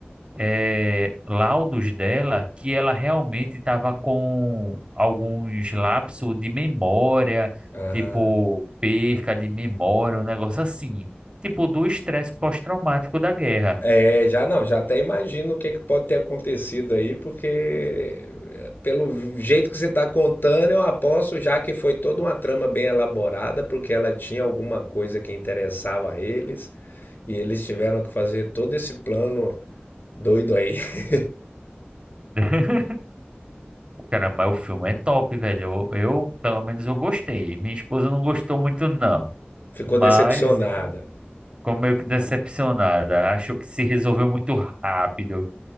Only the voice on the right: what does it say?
eh, laudos dela que ela realmente estava com alguns lapsos de memória,
tipo perca de memória, um negócio assim, tipo do estresse pós-traumático da guerra.
<laughs> Cara, mas o filme é top, velho. Eu, eu, pelo menos eu gostei. Minha esposa não gostou muito, não.
Mas
ficou meio que decepcionada. Achou que se resolveu muito rápido.